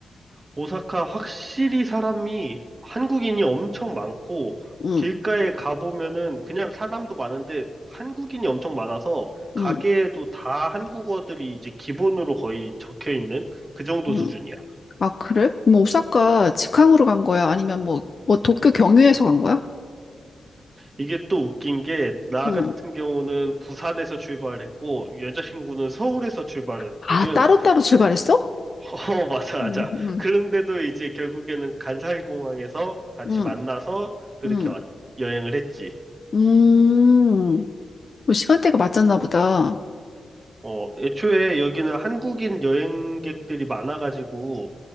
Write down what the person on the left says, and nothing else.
응,
응,
응.
아, 그래? 뭐 오사카 직항으로 간 거야? 아니면 뭐, 뭐 도쿄 경유해서 간 거야?
응.
아, 따로따로 출발했어?
응, 응,
응,
응.
음. 뭐 시간대가 맞았나 보다.